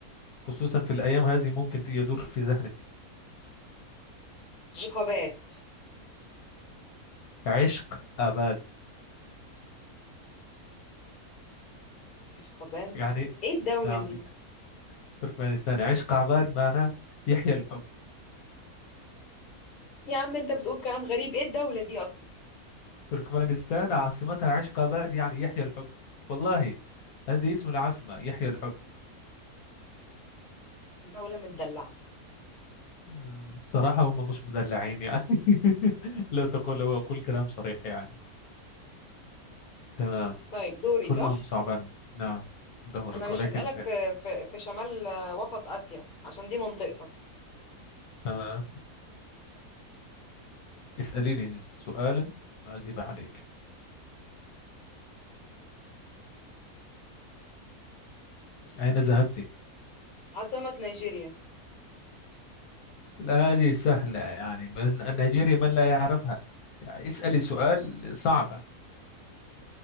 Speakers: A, on the left; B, on the left.
A: خصوصا في الأيام هذه ممكن يدور في ذهنك
B: عقبات
A: عشق عباد
B: مش عقبات
A: يعني
B: ايه الدولة
A: نعم
B: دي
A: تركمانستان عشق عباد معناه يحيى الحب
B: يا عم انت بتقول كلام غريب ايه الدولة دي اصلا
A: تركمانستان عاصمتها عشق عباد يعني يحيى الحب والله هذه اسم العاصمة يحيى الحب
B: دولة متدلعة
A: مم، صراحة هم مش مدلعين يعني <laughs> لو تقول لو أقول كلام صريح يعني تمام
B: طيب دوري
A: كلهم
B: صح
A: صعبان نعم دورك
B: انا مش
A: ولكن
B: هسألك في في في شمال آه، وسط اسيا عشان دي منطقتك
A: تمام اسأليني سؤالا أجيب عليك أين ذهبت؟
B: عاصمة نيجيريا
A: لا هذه سهلة يعني بس نيجيريا من لا يعرفها يعني اسألي سؤال صعبة